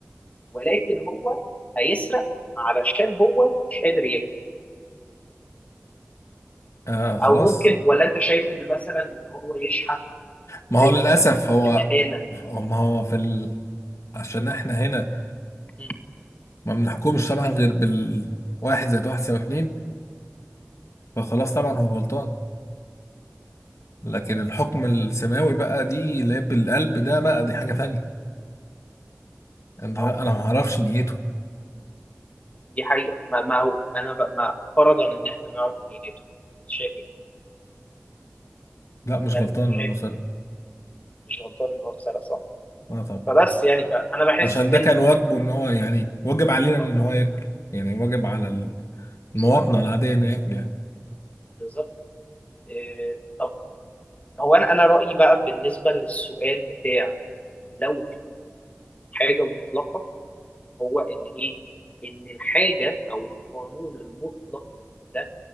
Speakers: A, on the left; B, on the left.
A: ولكن هو هيسرق علشان هو مش قادر ياكل
B: آه خلاص
A: او ممكن ولا انت شايف ان مثلا ان هو يشحت
B: ما
A: ب-
B: هو للاسف
A: ب-
B: هو
A: بامانه
B: هو- ما هو في عشان احنا هنا
A: مم.
B: ما بنحكمش طبعا غير بالواحد زائد واحد يساوي اتنين فخلاص طبعا هو غلطان لكن الحكم السماوي بقى دي اللي هي بالقلب ده بقى دي حاجة تانية انت
A: ما
B: انا
A: هو
B: ما اعرفش نيته
A: دي حقيقة ما, ما هو أنا ب... ما فرضا إن إحنا نعرف نيته أنت شايف إيه؟
B: لا مش
A: يعني
B: غلطان
A: أنت شايف
B: انه سرق
A: إن مش غلطان إن هو سرق صح
B: لا طبعا
A: فبس يعني فأنا بحس
B: عشان ده
A: إن
B: كان واجبه ان هو يعني واجب علينا ان
A: آه،
B: هو ياكل يعني واجب على المواطنة
A: بالظبط
B: العادية انه ياكل يعني
A: بالظبط إيه... طب هو أنا أنا رأيي بقى بالنسبة للسؤال بتاع لو في حاجة مطلقة هو إن إيه؟ إن الحاجة أو القانون المطلق ده